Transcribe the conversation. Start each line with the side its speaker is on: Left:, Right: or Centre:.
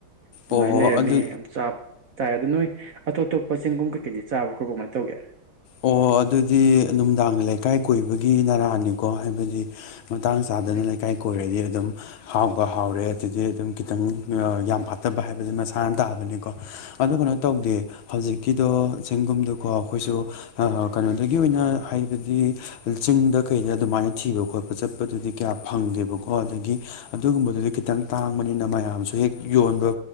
Right: ꯑꯗꯨꯃꯥꯏꯅ
Left: ꯑꯣ
Right: ꯂꯩꯔꯝꯃꯤ
Left: ꯑꯗꯨ
Right: ꯌꯥꯝ ꯆꯕ ꯇꯥꯏ ꯑꯗꯣ ꯅꯣꯏ ꯑꯇꯣꯞ ꯑꯇꯣꯞꯄ ꯆꯦꯡꯒꯨꯝ ꯀꯩꯀꯩꯗꯤ ꯆꯥꯕ ꯈꯣꯠꯄ ꯀꯃꯥꯏ ꯇꯧꯒꯦ
Left: ꯑꯣ ꯑꯗꯨꯗꯤ ꯅꯨꯡꯗꯥꯡꯒꯤ ꯂꯩꯀꯥꯏ ꯀꯣꯏꯕꯒꯤ ꯅꯔꯥꯅꯤꯀꯣ ꯍꯥꯏꯕꯗꯤ ꯃꯇꯥꯡ ꯆꯥꯗꯅ ꯂꯩꯀꯥꯏ ꯀꯣꯏꯔꯗꯤ ꯑꯗꯨꯝ ꯍꯥꯎꯕ ꯍꯥꯎꯔꯦ ꯑꯗꯨꯗꯤ ꯑꯗꯨꯝ ꯈꯤꯇꯪ ꯌꯥꯝ ꯐꯠꯇꯕ ꯍꯥꯏꯕꯗꯨ ꯃꯁꯥꯅ ꯇꯥꯕꯅꯤꯀꯣ ꯑꯗꯨ ꯀꯩꯅꯣ ꯇꯧꯗꯦ ꯍꯧꯖꯤꯛꯀꯤꯗꯣ ꯆꯤꯡꯒꯨꯝꯗꯀꯣ ꯑꯩꯈꯣꯏꯁꯨ ꯑꯥ ꯀꯩꯅꯣꯗꯒꯤ ꯑꯣꯏꯅ ꯍꯥꯏꯕꯗꯤ ꯆꯤꯡꯗ ꯀꯩꯗ ꯑꯗꯨꯃꯥꯏꯅ ꯊꯤꯕ ꯈꯣꯠꯄ ꯆꯠꯄꯗꯨꯗꯤ ꯀꯌꯥ ꯐꯪꯗꯦꯕꯀꯣ ꯑꯗꯒꯤ ꯑꯗꯨꯒꯨꯝꯕꯗꯨꯗꯤ ꯈꯤꯇꯪ ꯇꯥꯡꯕꯅꯤꯅ ꯃꯌꯥꯝꯁꯨ ꯍꯦꯛ ꯌꯣꯟꯕ